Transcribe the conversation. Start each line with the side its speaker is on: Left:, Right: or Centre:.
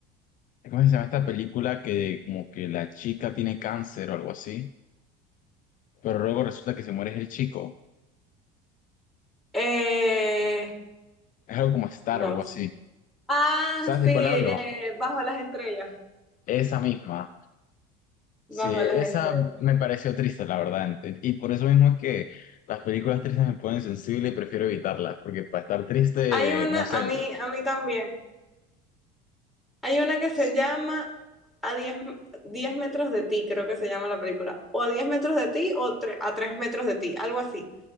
Left: ¿Cómo se llama esta película que como que la chica tiene cáncer o algo así? Pero luego resulta que se muere el chico.
Centre: Eh,
Left: Es algo como Star
Centre: no.
Left: o algo así.
Centre: Ah,
Left: ¿Sabes
Centre: sí,
Left: de
Centre: eh,
Left: cuál hablo?
Centre: Bajo las estrellas,
Left: Esa misma. Sí,
Centre: Bajo
Left: esa
Centre: las estrellas.
Left: me pareció triste, la verdad. ent- Y por eso mismo es que las películas tristes me ponen sensible y prefiero evitarlas, porque para estar triste,
Centre: Hay una,
Left: no sé.
Centre: a mí, a mí también, hay una que se
Left: es-
Centre: llama A diez diez metros de ti, creo que se llama la película, o a 10 metros de ti o tre- a 3 metros de ti, algo así.